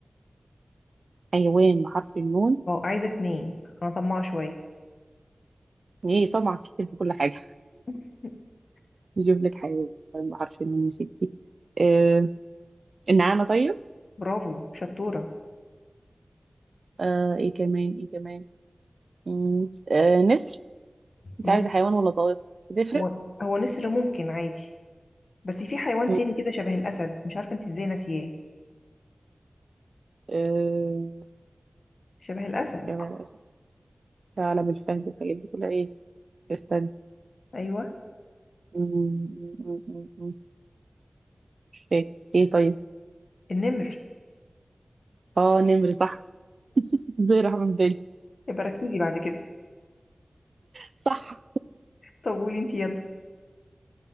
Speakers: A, on the right (about 80°); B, on the left (about 85°).
A: حيوان بحرف النون
B: اه عايزة اتنين انا طماعة شوية
A: ايه طبعا كتير في كل حاجة
B: <laughs>
A: نجيب لك حيوان بعرف انه ستي آه النعامة طيب
B: برافو شطورة
A: آه ايه كمان ايه كمان مم، آه نسر انت
B: نس...
A: عايزة حيوان ولا طائر بتفرق
B: هو هو نسر ممكن عادي بس في حيوان
A: مم،
B: تاني كده شبه الأسد مش عارفة انت ازاي ناسياه
A: آه
B: شبه الأسد
A: حيوان أسد ثعلب الفهد الحاجات دي كلها ايه استنى
B: أيوه
A: مم، مم، مم، مم، مم، مش فاكر ايه طيب
B: النمر
A: اه نمر صح ازاي راح من بالي
B: يبقى ركزي بعد كده
A: صح
B: طب قولي انت يلا